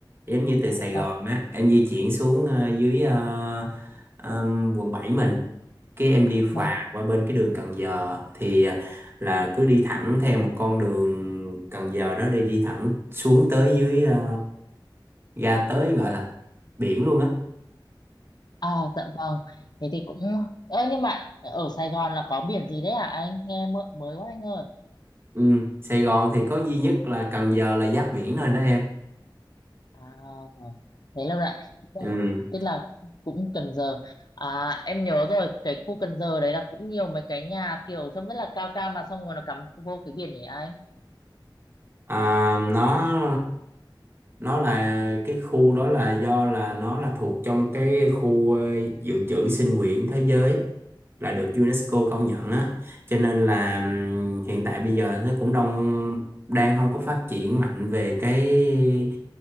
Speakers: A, on the right; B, on the left.
A: giống như từ À, Sài
B: vâng,
A: Gòn á em di chuyển xuống ờ, dưới ờ, ờm, quận 7 mình cái em đi phà
B: vâng.
A: qua bên cái đường Cần Giờ thì ờ, là cứ đi thẳng theo một con đường Cần Giờ đó đi đi thẳng xuống tới dưới ờ, ra tới gọi là biển luôn á
B: Ờ, dạ vâng. Thế thì cũng... Ơ, nhưng mà ở Sài Gòn là có biển gì đấy à? Anh nghe mơ- mới quá anh ơi.
A: ừ. Sài Gòn thì có duy nhất là Cần Giờ là giáp biển thôi đó em
B: À, thế lâu ạ.
A: ừ.
B: Tức là cũng Cần Giờ. À, em nhớ rồi, cái khu Cần Giờ đấy là cũng nhiều mấy cái nhà kiểu trông rất là cao cao mà xong rồi nó cắm vô cái biển nhỉ anh?
A: à, nó nó là cái khu đó là do là nó là thuộc trong cái khu ờ, dự trữ sinh quyển thế giới là được UNESCO công nhận á cho nên là ừm, hiện tại bây giờ nó cũng đông đang không có phát triển mạnh về cái